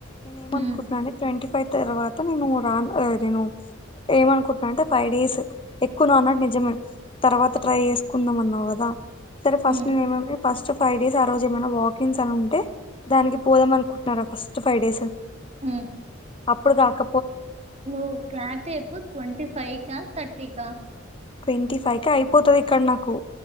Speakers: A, on the left; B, on the right.
A: నేను ఏమనుకుంటున్నాను
B: హ్మ్
A: అంటే ట్వంటీఫైవ్ తర్వాత నేను రా నేను ఏమనుకుంటున్నానంటే ఫైవ్ డేస్ ఎక్కువ అన్నాడు నిజమే తర్వాత ట్రై చేసుకుందాం అన్నావు కదా సరే ఫస్ట్
B: హ్మ్
A: నేమ్ ఫస్ట్ ఫైవ్ డేస్ ఆ రోజు ఏమైనా వా మెన్స్ అలా ఉంటే దానికి పోదాం అనుకుంటున్నారా ఫస్ట్ ఫైవ్ డేస్
B: ఆ
A: అప్పుడు దాక
B: ఓ క్లారిటీ చెప్పు ట్వంటి ఫైవ్ కా థర్టి కా
A: ట్వంటీ ఫైవ్ క అయిపోతది ఇక్కడ నాకు